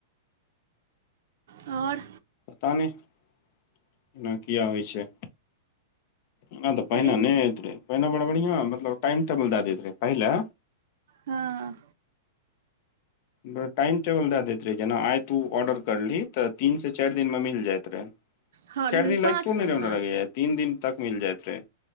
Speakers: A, on the right; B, on the left.
A: और
B: पता नै एना किया होइ छै। ऐना त पहिने
A: की
B: नै होैत रहै पहिने बड़ बढ़ियां मतलब टाइम टेबुल दए दैत रहै, पहिले
A: हां।
B: बड़ा टाइम टेबल दै दैत रहे जेना आइ तू ऑर्डर करलीह तऽ तीन से चार दिन में मिल जाइत रहे।
A: हँ
B: चार दिन
A: पाँच
B: लाएग तो
A: दिनमे
B: नै रहे हमरा लगे यै तीन दिन तक में मिल जायत रहे।